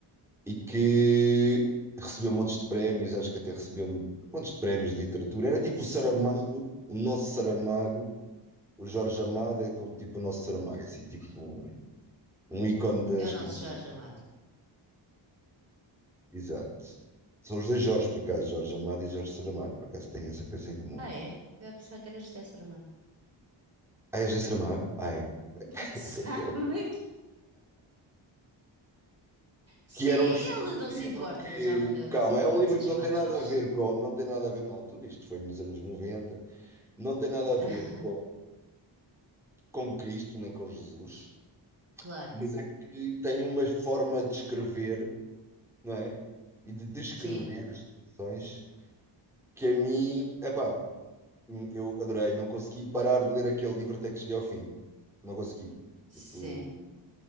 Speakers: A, in the centre; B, on the right.
A: e que recebeu montes de prémios, acho que até recebeu montes de prémios de literatura. Era tipo
B: certo,
A: o Saramago, o nosso Saramago, o Jorge Amado é como tipo o nosso Saramago, assim, tipo um ícone da
B: é
A: escrita.
B: o nosso Jorge Amado.
A: Exato. São os dois Jorges, por acaso, Jorge Amado e Jorge Saramago, por acaso têm essa coisa em comum.
B: Ah, é? Eu pensava que era José Saramago.
A: Ah, és de Saramago? Ah, é.
B: <laughs>
A: <laughs>
B: Sabe que... Se
A: Que era
B: ele
A: um, fi- um
B: não
A: livro
B: se importa,
A: que.
B: ele já morreu,
A: Calma,
B: não se importa
A: é um livro
B: de ser
A: que
B: chamado
A: não tem nada
B: Jorge.
A: a ver com. Não tem nada a ver na altura, isto foi nos anos 90. não tem nada a ver
B: Aham,
A: com, com Cristo nem com Jesus,
B: <laughs> claro.
A: mas é que tem uma forma de escrever, não é? E de descrever
B: Sim?
A: as situações que a mim, epá, eu adorei, não consegui parar de ler aquele livro até que cheguei ao fim. não consegui.
B: Sim.
A: Tipo,